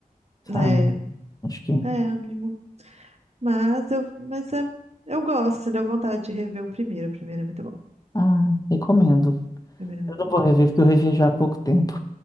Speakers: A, on the left; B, on the right.
A: sabe?
B: é,
A: Acho que...
B: é, amigo. Mas eu, mas é, eu gosto, assim, deu vontade de rever o primeiro, o primeiro é muito bom, o
A: Ah, recomendo.
B: primeiro é muito
A: Eu não
B: bom.
A: vou rever porque eu revi já há pouco tempo.